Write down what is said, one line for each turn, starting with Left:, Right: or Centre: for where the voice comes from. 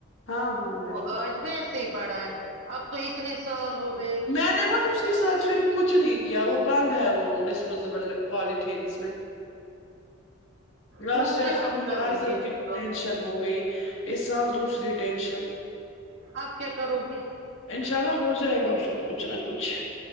Left: ہاں ہاں بالکل
Right: وہ آج بھی ایسے پڑا ہے اب تو اتنے سال ہو گئے
Left: میں نے تو اس کے ساتھ پھر کچھ نہیں کیا وہ بند ہے وہ ڈسپوزبل پالتھیینس میں لاسٹ
Right: وہ
Left: ایئر
Right: کیا
Left: پھر
Right: اب
Left: مجھے
Right: کرو
Left: آجزر
Right: گی اب
Left: ٹینشن
Right: تو
Left: ہو گئی اس سال دوسری ٹینشن
Right: آپ کیا کرو گی
Left: انشاء اللہ ہو جائے گا اس کو کچھ نہ کچھ